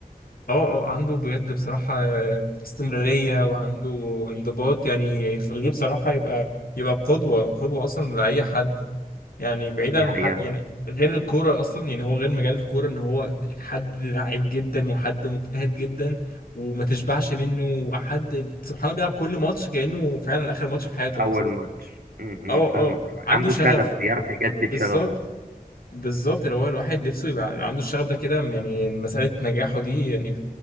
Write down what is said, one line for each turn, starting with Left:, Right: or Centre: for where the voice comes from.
Left: اه اه عنده بجد بصراحة استمرارية وعنده انضباط يعني يخليه بصراحة يبقى يبقى قدوة قدوة أصلا لأي حد يعني بعيدا
Right: دي
Left: عن
Right: حقيقه
Left: حد يعني غير الكورة أصلا يعني هو غير مجال الكورة إن هو حد لعيب جدا وحد مجتهد جدا وما تشبعش منه وحد سبحان الله بيلعب كل ماتش كأنه فعلا آخر ماتش في حياته
Right: اول
Left: مثلا
Right: ماتش م-
Left: اه
Right: م، فاهمك
Left: اه
Right: عنده
Left: عنده شغف
Right: شغف بيعرف يجدد
Left: بالظبط
Right: شغفه
Left: بالظبط اللي هو الواحد نفسه يبقى عنده الشغف ده كده يعني مسألة نجاحه دي يعني